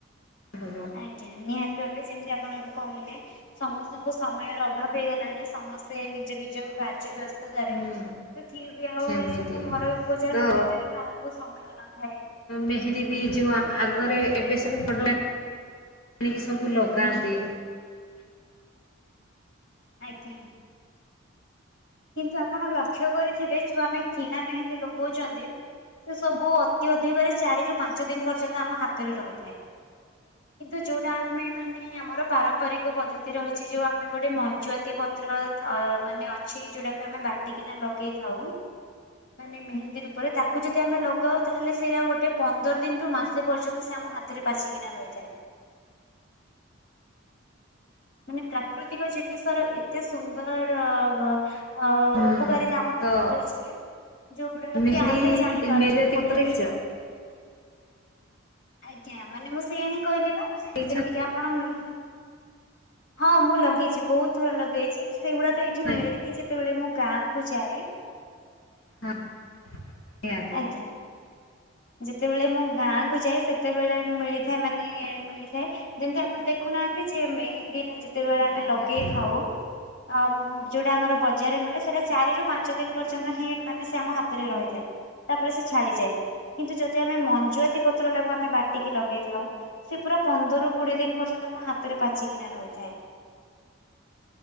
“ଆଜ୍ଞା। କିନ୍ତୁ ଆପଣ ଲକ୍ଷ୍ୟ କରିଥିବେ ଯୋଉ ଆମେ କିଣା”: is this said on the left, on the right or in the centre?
Left